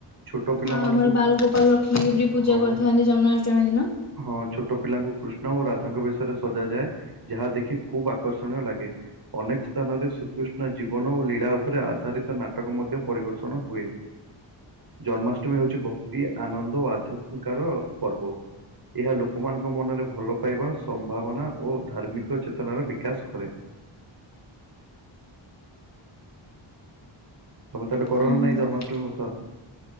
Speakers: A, on the right; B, on the left.
A: ଛୋଟ ପିଲାମାନଙ୍କୁ
B: ହଁ ଆମର ବାଲଗୋପାଳ
A: କୃ-
B: ରଖିକି ବି ପୂଜା
A: ହଁ ମ
B: କରିଥାନ୍ତି ଜନ୍ମାଷ୍ଟମୀ ଦିନ।
A: ହଁ ଛୋଟ ପିଲାଙ୍କୁ କୃଷ୍ଣ ଓ ରାଧାଙ୍କ ବେଶ ଥରେ ସଜାଯାଏ ଯାହା ଦେଖି ଖୁବ୍ ଆକର୍ଷଣ ଲାଗେ। ଅନେକ ସ୍ଥାନରେ ଶ୍ରୀକୃଷ୍ଣ ଜୀବନ ଓ ଲୀଳା ଉପରେ ଆଧାରିତ ନାଟକ ମଧ୍ୟ ପରିବେଷଣ ହୁଏ। ଜନ୍ମାଷ୍ଟମୀ ହେଉଛି ଭକ୍ତି ଆନନ୍ଦ ଓ ଆଧ୍ୟାତ୍ମିକାର ପର୍ବ। ଏହା ଲୋକମାନଙ୍କ ମନରେ ଭଲପାଇବା ସମ୍ଭାବନା ଓ ଧାର୍ମିକ ଚେତନାର ବିକାଶ କରେ। ତମେ ତାହଲେ କରନା
B: ହୁଁ ନା
A: ନାଇ ଜନ୍ମାଷ୍ଟମୀ ଓଷା।